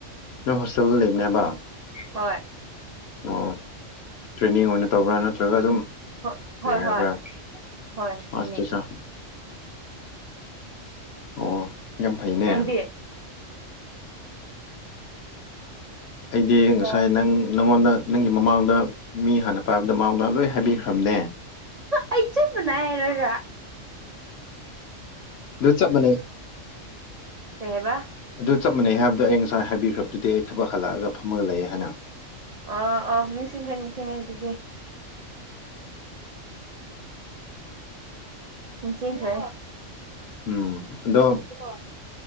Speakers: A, on the left; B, on the right.
A: ꯅꯣꯏ ꯍꯣꯁꯇꯦꯜꯗ ꯂꯩꯕꯅꯦ ꯍꯥꯏꯕ
B: ꯍꯣꯏ
A: ꯑꯣ ꯇ꯭ꯔꯦꯅꯤꯡ ꯑꯣꯏꯅ ꯇꯧꯕ꯭ꯔꯥ ꯅꯠꯇ꯭ꯔꯒ ꯑꯗꯨꯝ
B: ꯍꯣꯏ ꯍꯣꯏ
A: ꯑꯦꯦꯕ
B: ꯍꯣꯏ ꯍꯣꯏ ꯑꯗꯨꯅꯤ
A: ꯑꯁꯇ ꯆ ꯑꯣ ꯌꯥꯝ ꯌꯥꯝ ꯐꯩꯅꯦ
B: ꯅꯪꯗꯤ
A: ꯑꯩꯗꯤ
B: ꯑꯩ
A: ꯉꯁꯥꯏ ꯅꯪ ꯅꯪꯉꯣꯟꯗ ꯅꯪꯒꯤ ꯃꯃꯥꯡꯗ ꯃꯤ ꯍꯥꯟꯅ ꯄꯥꯏꯕꯗ ꯃꯃꯥꯡꯗ ꯂꯣꯏ ꯍꯥꯏꯕꯤꯈ꯭ꯔꯕꯅꯦ
B: ꯑꯩ ꯆꯠ ꯃꯅꯥꯏ ꯍꯥꯏꯔꯒ
A: ꯔꯨꯆꯞ ꯃꯅꯦ
B: ꯀꯦꯍꯦꯕ
A: ꯑꯗꯨ ꯆꯞ ꯃꯅꯩ ꯍꯥꯏꯕꯗ ꯑꯩ ꯉꯁꯥꯏ ꯍꯥꯏꯕꯤꯈ꯭ꯔꯗꯨꯗꯤ ꯑꯩ ꯊꯕꯛ ꯍꯜꯂꯛꯑꯒ ꯐꯝꯃꯒ ꯂꯩꯑꯌꯦ ꯍꯥꯏꯅ
B: ꯑ ꯑ ꯃꯤꯁꯤꯡꯁ ꯅꯤꯡꯁꯦ ꯍꯧꯖꯤꯛꯇꯗꯤ ꯔꯁꯤꯀꯣ
A: ꯎꯝ ꯑꯗꯣ
B: ꯀꯣ